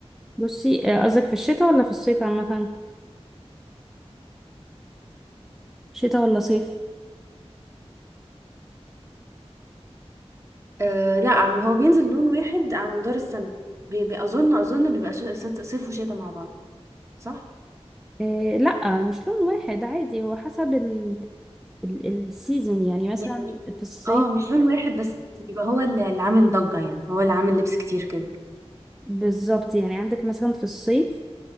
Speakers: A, in the centre; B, on the right.
A: بصي آه، قصدك في الشتاء ولا في الصيف عامة شتاء ولا صيف
B: آه لا عم هو بينزل لون واحد على مدار السنه بي... بي... اظن اظن بيبقى ش... صيف وشتاء مع بعض صح
A: آه لا مش لون واحد عادي هو حسب ال ال السيزون يعني مثلا
B: يعني
A: في الصيف
B: اه مش لون واحد بس يبقى هو اللي اللي عامل ضجة يعني هو اللي عامل لبس كتير كده
A: بالظبط يعني عندك مثلا في الصيف